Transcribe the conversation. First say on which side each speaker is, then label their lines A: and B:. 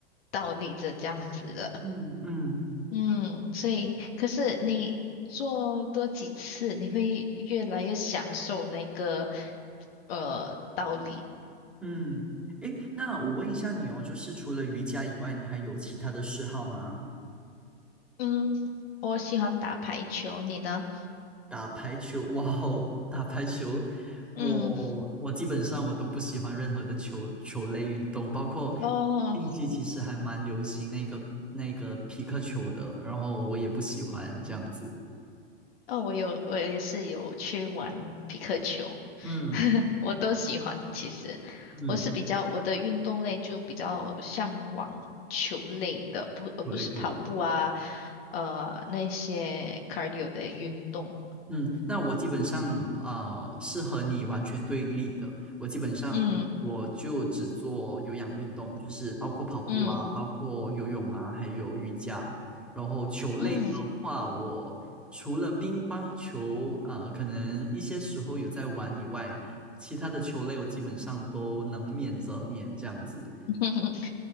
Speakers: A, on the left (about 65°); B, in the centre.
A: 倒立着这样子的。
B: 嗯嗯。
A: 嗯，所以可是你做多几次，你会越来越享受那个呃倒立。
B: 嗯，诶，那我问一下你哦，就是除了瑜伽以外，你还有其他的嗜好吗？
A: 嗯，我喜欢打排球，你呢？
B: 打排球，哇哦，打排球，我我基本上我都不喜欢任何的球球类运动，
A: 嗯，
B: 包括
A: 哦
B: 近期其实还蛮流行那个那个皮克球的，然后我也不喜欢这样子。
A: 哦，我有，我也是有去玩匹克球，
B: 嗯
A: <laughs> 我都喜欢。其实我是比较我的运动类就比较向往球类的，
B: 嗯，
A: 不而不是跑步啊，
B: 球类运动。
A: 呃那些 cardio 的运动。
B: 嗯，那我基本上呃是和你完全对立的。我基本上我就只做有氧运动，
A: 嗯
B: 就是包括跑步啊，
A: 嗯
B: 包括游泳啊，还有瑜伽。然后球类的话，
A: 嗯，
B: 我除了乒乓球，呃，可能一些时候有在玩以外，其他的球类我基本上都能免则免这样子。
A: <laughs>